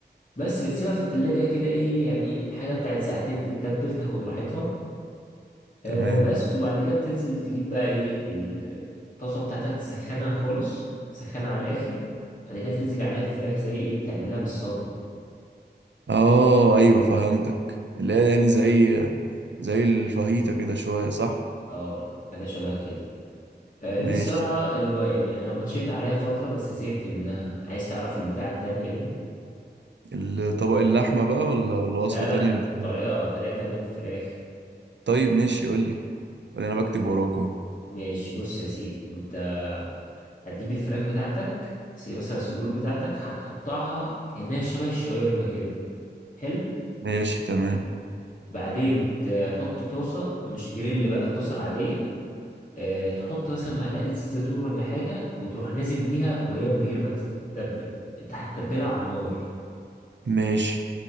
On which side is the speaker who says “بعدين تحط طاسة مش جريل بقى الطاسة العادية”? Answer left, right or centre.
Left